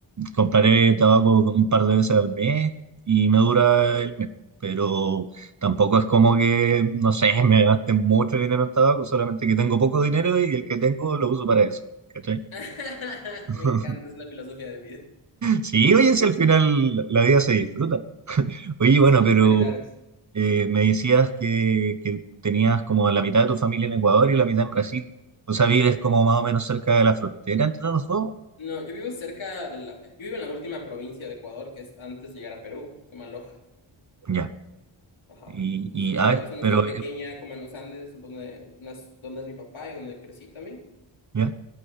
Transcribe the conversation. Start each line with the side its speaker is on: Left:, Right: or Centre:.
Right: compraré tabaco un par de veces al mes y me dura el mes. Pero tampoco es como que, no sé, <laughs> me gaste mucho dinero en tabaco, solamente que tengo poco dinero y el que tengo lo uso para eso. ¿Cachai?
Left: <laughs>
Right: <laughs>
Left: Me encanta, es la filosofía de vida.
Right: Sí, oye, si al final la vida se disfruta. Oye,
Left: Sí,
Right: bueno, pero
Left: prioridades.
Right: Eh, me decías que, que tenías como la mitad de tu familia en Ecuador y la mitad en Brasil. O sea,
Left: Ujú.
Right: vives como más o menos cerca de la frontera entre los dos.
Left: No, yo vivo cerca de la... Yo vivo en la última provincia de Ecuador, que es antes de llegar a Perú, se llama Loja.
Right: Ya.
Left: Ajá.
Right: Y,
Left: Entonces
Right: y
Left: yo vivo,
Right: ah, es-
Left: es una
Right: pero,
Left: ciudad pequeña como en los Andes, donde, nas- donde es mi papá y donde crecí también.
Right: ya.